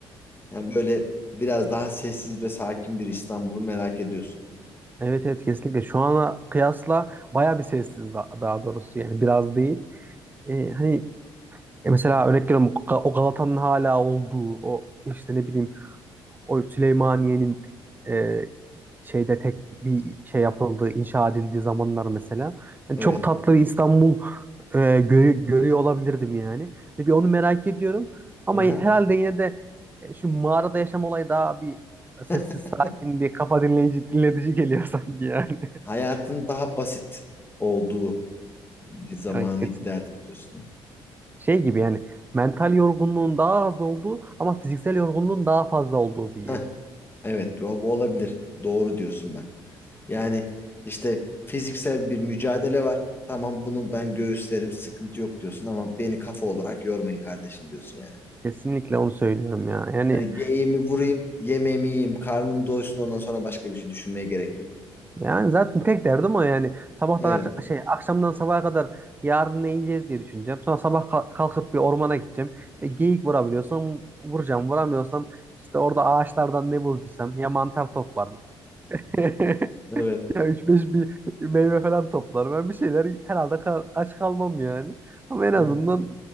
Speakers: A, on the left; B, on the right.
A: Yani böyle biraz daha sessiz ve sakin bir İstanbul'u merak ediyorsun.
B: Evet evet kesinlikle şu ana kıyasla baya bir sessiz da- daha doğrusu yani biraz değil. E,
A: Hı hı.
B: hani E mesela örnek veriyorum o Ga- o Galata'nın hala olduğu o işte ne bileyim o Süleymaniye'nin e, şeyde tek bir şey yapıldığı inşa edildiği zamanlar mesela. Yani
A: Evet.
B: çok tatlı bir İstanbul e, görü- görüyor olabilirdim yani. Ve Bir onu merak ediyorum ama
A: Hı hı.
B: herhalde yine de e, şu mağarada yaşam olayı daha bir sessiz
A: <laughs>
B: sakin bir kafa dinleyici dinletici geliyor <laughs> sanki yani.
A: Hayatın daha basit olduğu bir zamana
B: Evet kesin.
A: giderdim diyorsun.
B: Şey gibi yani mental yorgunluğun daha az olduğu ama fiziksel yorgunluğun daha fazla olduğu bir yıl.
A: ha. Evet, o- bu olabilir. Doğru diyorsun bak. Yani işte fiziksel bir mücadele var. Tamam bunu ben göğüslerim, sıkıntı yok diyorsun ama beni kafa olarak yormayın kardeşim diyorsun yani.
B: Kesinlikle onu söylüyorum ya. Yani
A: Hani geyiğimi vurayım, yemeğimi yiyeyim, karnım doysun ondan sonra başka bir şey düşünmeye gerek yok.
B: yani zaten tek derdim o yani. Sabahtan
A: Evet,
B: akş- şey akşamdan sabaha kadar yarın ne yiyeceğiz diye düşüneceğim. Sonra sabah kalk- kalkıp bir ormana gideceğim. E, geyik vurabiliyorsam vuracağım. Vuramıyorsam işte orada ağaçlardan ne bulduysam ya mantar toplarım. <laughs>
A: evet.
B: Ya 3-5 bir meyve falan toplar. Ben bir şeyler herhalde kal- aç kalmam yani. Ama en
A: Hı-hı.
B: azından